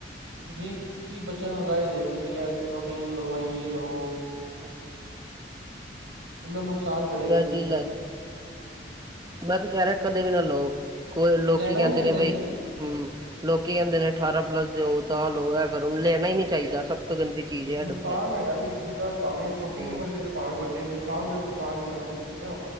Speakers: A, on the right; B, on the right.
A: ਤੁਸੀ ਕੀ ਬੱਚੇਆਂ ਨੂੰ ਰਾਏ ਦੇ ਰੇਓ, ਕਿ ਐ ਪ੍ਰੋਟੀਨ ਲੋ ਤੇ ਲੋ।
B: ਹਾਂਜੀ।
A: ਕਿੰਨਾ ਨੁਕਸਾਨ ਕਰ
B: ਵੈ ਚੀ ਲੈ। ਮੈਂ ਤੇ ਕੈ ਰੇਆਂ ਕਦੇ ਵੀ ਨਾ ਲਓ। ਕੋਈ ਲੋਕੀ
A: ਲੈਣਾ
B: ਕੈਂਦੇ
A: ਨੀ ਚਾਹੀਦਾ
B: ਨੇ ਬਈ
A: ਜੀ।
B: ਹੂੰ। ਲੋਕੀ ਕੈਂਦੇ ਨੇ ਅਠਾਰਾਂ ਪਲੱਸ ਦੇ ਹੋ ਤਾਂ ਲਓ ਐ ਕਰੋ। ਲੈਣਾ ਈ ਨੀ ਚਾਹੀਦਾ। ਸਭ ਤੋਂ ਗੰਦੀ ਚੀਜ਼ ਹੈ
A: ਨੁਕਸਾਨ
B: ਡੱਬੇ
A: ਹੈਗਾ ਵਈ ਜਿੱਦਾਂ ਭਾਵੇਂ ਛੋਟੀ
B: ਹਮ
A: ਉਮਰ ਜਿੱਦ ਭਾਵੇਂ ਵੱਡੇ, ਨੁਕਸਾਨ ਤੇ ਨੁਕਸਾਨ ਈ ਆ ਜੀ। ਕਿਉਂ?